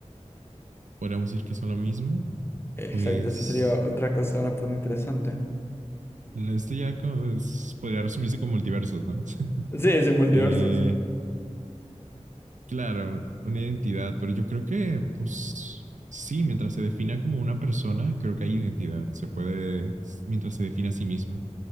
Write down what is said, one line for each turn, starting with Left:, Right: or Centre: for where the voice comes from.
Right: Podríamos decir que son lo mismo.
Left: Exacto,
Right: Pues
Left: esa sería otra cosa, una pregunta interesante.
Right: esto ya como es- podría resumirse como multiversos, ¿no? <laughs>
Left: Sí, es sí, multiversos.
Right: Eh, claro, una identidad, pero yo creo que, pues sí, mientras se defina como una persona, creo que hay identidad. Se puede, mientras se define a sí misma,